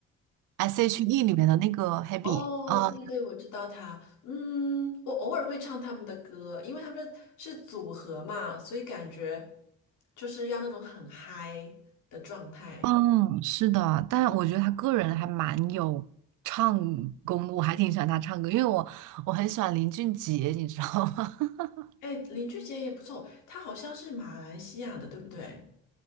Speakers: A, on the right; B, on the left.
A: ？S H E 里面的那个 Happy，
B: 哦，
A: 呃
B: 对对，我知道他。嗯，我偶尔会唱他们的歌，因为他们是组合嘛，所以感觉就是要那种很嗨的状态。
A: 嗯，是的，但是我觉得他个人还蛮有唱功的，我还挺喜欢他唱歌，因为我我很喜欢林俊杰，你知道吗？<laughs>
B: 哎，林俊杰也不错，他好像是马来西亚的，对不对？